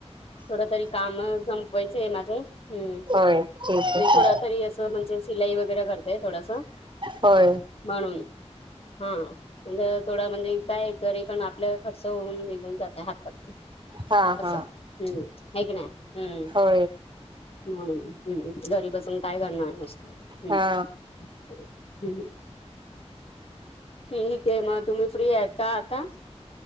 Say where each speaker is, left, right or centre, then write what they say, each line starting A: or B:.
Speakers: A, on the left; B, on the right.
A: थोडं तरी काम संपवायचं आहे माझं हम्म
B: होय ठीक आहे
A: मी थोडा तरी असं म्हणजे सिलाई वगैरे करतेय थोडासा
B: होय
A: म्हणून हा म्ह थोडं म्हणजे काय घरी पण आपल्या खर्च जऊन निघून जाते हातात
B: हा
A: असं
B: हा
A: हम्म हेक नाही हम्म
B: हो
A: हम हम्म घरी बसून काय करणार नुसतं हम्
B: हा
A: ह् ठीक आहे मग तुम्ही फ्री याता आता